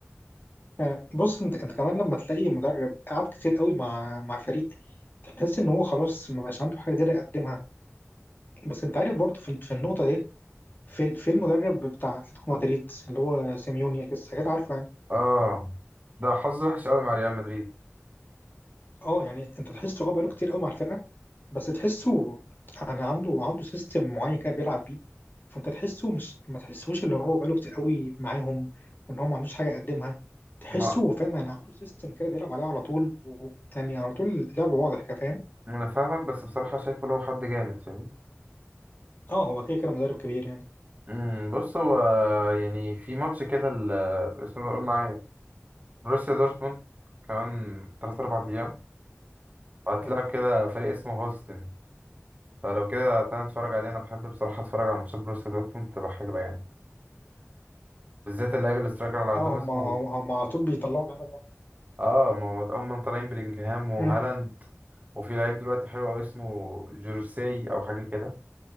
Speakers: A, on the left (about 45°); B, on the right (about 30°).
A: آه، بص انت انت كمان لما تلاقي مدرب قعد كتير قوي مع مع فريق تحس ان هو خلاص ما بقاش عنده حاجه جديده يقدمها بس انت عارف برضه في, في النقطه دي في في المدرب بتاع اتلتيكو مدريد اللي هو سيميوني اكيد أكيد عارفه يعني
B: اه ده حظ وحش قوي مع ريال مدريد
A: اه يعني انت تحسه اه بقاله كتير قوي مع الفرقه بس تحسه يعني عنده عنده سيستم معين كده بيلعب بيه فانت تحسه مش ما تحسوش اللي هو بقاله كتير قوي معاهم وان هو ما عندوش حاجه يقدمها تحسه
B: ما
A: فاهم يعني عنده سيستم كده بيلعب عليه على طول و- يعني على طول لعبه واضح كفاهم
B: انا فاهمك بس بصراحه شايفه لو حد جامد فاهم
A: اه هو كده كده مدرب كبير يعني
B: امم بص هو يعني في ماتش كده ال- اسمه ده قول معايا بروسيا دورتموند كمان 3 4 ايام هتلاعب
A: اه
B: كده فريق اسمه هولستن فلو كده تعالى نتفرج عليه انا بحب بصراحه اتفرج على ماتشات بروسيا دورتموند بتبقى حلوه يعني بالذات اللعيب الاسترايكر اللي عندهم
A: اه هم
B: اسمه
A: هم هم على طول بيطلعوا لعيبه جامدة.
B: اه ما هو هم طالعين بلينجهام وهالاند
A: أمم،
B: وفي لعيب دلوقتي حلو قوي اسمه جورسي او حاجه كده